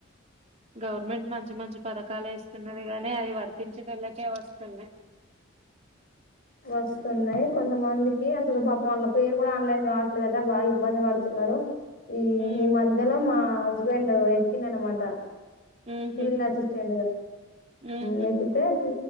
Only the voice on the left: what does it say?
వస్తున్నాయి కొంతమందికి అసలు పాప వాళ్ళ పేరు కూడా ఆన్లైన్ కావట్లేదుంటే బాగా ఇబ్బంది పడుతున్నారు ఈ
ఈ మధ్యలో మా హస్బెండ్ ఎక్కిన అనమాట
ఫీల్డ్ అసిస్టెంట్గా
లేకపోతే చూ